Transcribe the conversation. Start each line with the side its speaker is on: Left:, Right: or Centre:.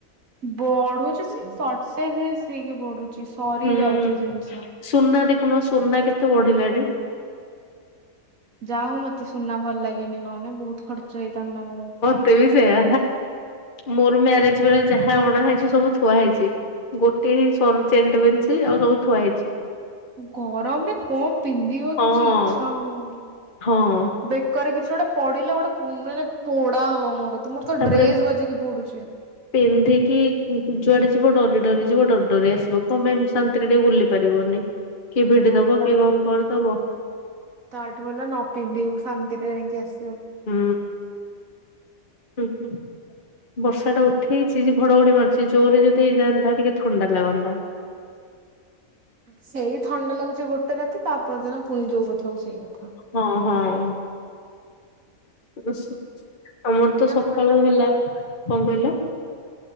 Right: ବଢୁଛି <unintelligible> ହେଇକି ବଢୁଛି। ସରି
Left: ହୁଁ
Right: ଯାଉଛି ଜିନିଷ।
Left: ସୁନା ଦେଖୁନୁ ସୁନା କେତେ ବଢିଲାଣି?
Right: ଯା ହଉ ମତେ ସୁନା ଭଲ ଲାଗେନି ନହେନେ ବହୁତ ଖର୍ଚ୍ଚ ହେଇଥାନ୍ତା ମୋର।
Left: ତେ ବି ସେୟା। ମୋର ମ୍ୟାରେଜ ବେଳେ ଯାହା ଅଣା ହେଇଛି ସବୁ ଥୁଆ ହେଇଛି। ଗୋଟେ ହଁ ସରୁ ଚେଣ୍ଟ ପନ୍ଧଛି ଆଉ ସବୁ ଥୁଆ ହେଇଛି।
Right: ଗରମରେ କଣ ପିନ୍ଧିବ
Left: ହଁ
Right: କିଛି ଇଚଛା ହଉନି।
Left: ହଁ।
Right: ବେକରେ କିଛି ଗୋଟେ ପଡିଲେ ଗୋଟେ ମେ ପୋଡା ହବ ମୋର। ତ ମୋର ତ
Left: ତାପରେ
Right: ଡ୍ରେସ ବାଜିକି ପଡୁଛି।
Left: ପିନ୍ଧିକି ଯୁଆଡେ ଯିବ ଡରି ଡରି ଯିବ ଡରି ଡରି ଆସିବ କଣ ପାଇଁ ଶାନ୍ ଥିରେ ଟିକେ ବୁଲି ପାରିବନି କିଏ ଭଡି
Right: ହଁ
Left: ଦବ
Right: ତା
Left: କିଏ କଣ କରିଦବ?
Right: ତାଠୁ ଭଲ ନ ପିନ୍ଧିବୁ ଶାନ୍ତିରେ ଯାଇଙ୍କି ଆସିବୁ।
Left: ହୁଁ। ହ ହ ବର୍ଷା ଟା ହେଇଛି ଯେ ଘଡଘଡି ମାରୁିଛି ଜୋରେ ଯଦି ହେଇଯାନ୍ତା ଟିକେ ଥଣ୍ଡା ଲାଗନ୍ତା।
Right: ସେଇ ଥଣ୍ଡା ଲାଗୁଛି ଗୋଟେ ରାତି ତାପଦିନ ପୁଣି ଯୋଉ କଥା ହଉ ସେଇ କଥା।
Left: ହଁ ହଁ। <unintelligible> ଆମର
Right: ଟିକେ
Left: ତ ସକାଳୁ
Right: ଥଣ୍ଡା ପଡି
Left: ହେଲା। କଣ କହିଲ?